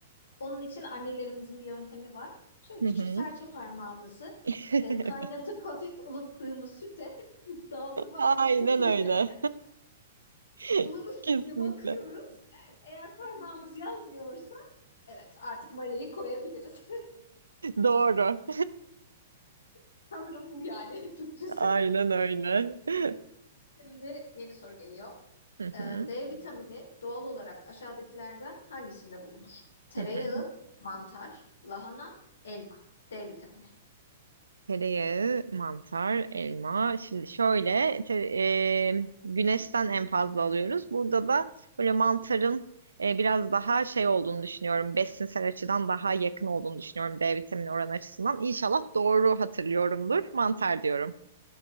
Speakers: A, on the left; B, on the right.
A: Onun için annelerimizin bir yöntemi var. Şöyle
B: Hı
A: küçük
B: hı.
A: serçe parmağımızı
B: <laughs>
A: e, kaynatıp <laughs> hafif ılıttığımız süte <laughs> daldırmak
B: Aynen
A: suretiyle
B: öyle. <laughs>
A: ılımış
B: Kesinlikle.
A: mı diye bakıyoruz. Eğer parmağımız <laughs> yanmıyorsa evet artık mayayı koyabiliriz.
B: <laughs> Doğru.
A: <laughs> Sanırım bu yani <laughs> Türkçesi.
B: <laughs> Aynen öyle. <laughs>
A: Şimdi yeni soru geliyor.
B: Hı
A: Ee, D
B: hı.
A: vitamini doğal olarak aşağıdakilerden hangisinde bulunur? Tereyağı,
B: Hı hı.
A: mantar, lahana, elma. D vitamini.
B: Tereyağı, mantar, elma. Şimdi şöyle te- e, güneşten en fazla alıyoruz. Burada da böyle mantarın e, biraz daha şey olduğunu düşünüyorum. Besinsel açıdan daha yakın olduğunu düşünüyorum D vitamini oranı açısından. İnşallah doğru hatırlıyorumdur. Mantar diyorum.